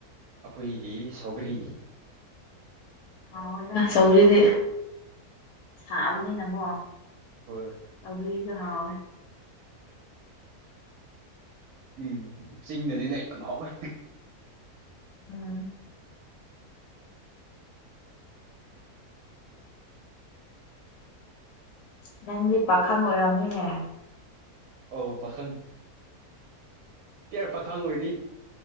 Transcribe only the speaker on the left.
<unintelligible> ꯁꯧꯒꯔꯤꯗꯤ ꯁꯥꯕꯅꯤꯅꯀꯣ <unintelligible>
ꯍꯥꯎ
ꯎꯝ ꯅꯪꯗꯤ ꯄꯥꯈꯪ ꯑꯣꯏꯔꯝꯅꯤꯅꯦ